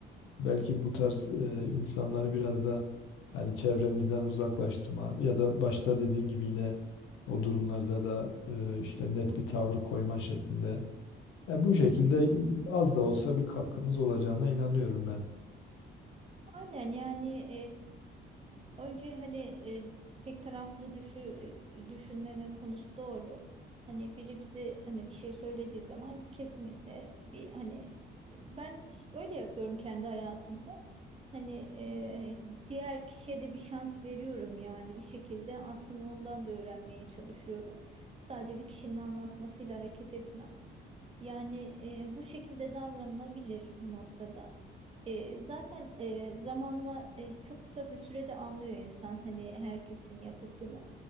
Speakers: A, on the left; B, on the right.
A: Belki bu tarz eee, insanları biraz da hani çevremizden uzaklaştırma ya da başta dediğin gibi yine o durumlarda da eee, işte net bir tavrı koyma şeklinde. E, bu şekilde az da olsa bir katkımız olacağına inanıyorum ben.
B: Aynen yani Önce hani e, tek taraflı düşü, e, düşünmeme konusu doğru. Hani biri bize hani bir şey söylediği zaman kesinlikle bir hani ben iş- öyle yapıyorum kendi hayatımda. Hani e, diğer kişiye de bir şans veriyorum yani bir şekilde aslında ondan da öğrenmeye çalışıyorum. Sadece bir kişinin anlatmasıyla hareket etmem. Yani e, bu şekilde davranılabilir bu noktada. E, zaten e, zamanla e, çok kısa bir sürede anlıyor insan hani herkesin yapısını.